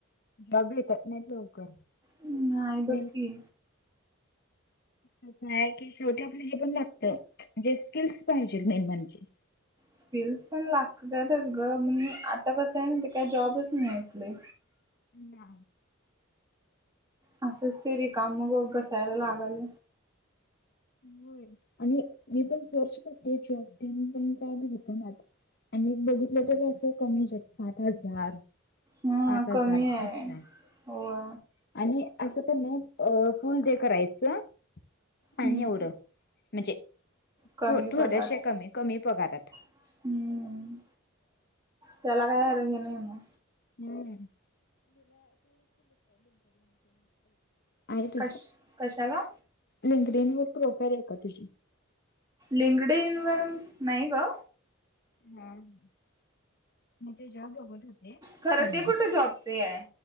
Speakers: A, on the left; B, on the right.
A: डबली तर नकर <unintelligible>
B: नाही बघ की.
A: कस आहे की छोट्या. पण लागत म्हणे स्किल् पाहिजे मेन म्हणजे.
B: स्किल्स पण लागतात. ग म्हनून आता कसं आहे. म्हायती काय जॉबच नाहीेत आपले.
A: ना.
B: असंच ते रिकाम मग बसायला लागाल.
A: हो आणि मी पण फोर्स करतेच जॉब पण काय भेटणात. <unintelligible>
B: हा
A: आठ हजार
B: कमी आहे.
A: असा
B: होय
A: आणि असं पण नाही. अ फुल डे करायचं
B: हम्म
A: आणि एवढं म्हणजे
B: कमी
A: थोड्याशा
B: पगार
A: कमी कमी पगारात
B: हम्म त्याला काय अर्थ नाही मग.
A: <unintelligible> आहे तुझी
B: कश कशाला
A: लिंकडीण वर प्रोफाईल आहे का तुझी?
B: लींकडीन नाही ग.
A: हम्म. मी ते जॉब बघत होते
B: खरं
A: परवा.
B: ते कुठे जॉबच हे आहे